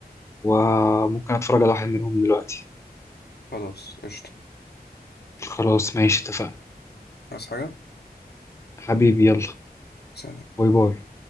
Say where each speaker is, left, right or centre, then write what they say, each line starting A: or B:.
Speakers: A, on the left; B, on the left.
A: وممكن أتفرج على واحد منهم دلوقتي
B: خلاص قشطة
A: خلاص ماشي اتفقنا
B: عايز حاجة؟
A: حبيبي يلا
B: سلام
A: باي باي